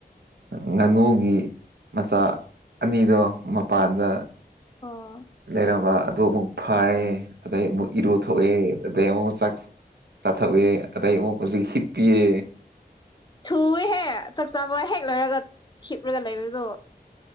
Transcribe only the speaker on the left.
ꯑꯣ
ꯊꯨꯏꯍꯦ ꯆꯥꯛ ꯆꯥꯕ ꯍꯦꯛ ꯂꯩꯏꯔꯒ ꯍꯤꯞꯂꯒ ꯂꯩꯕꯗꯣ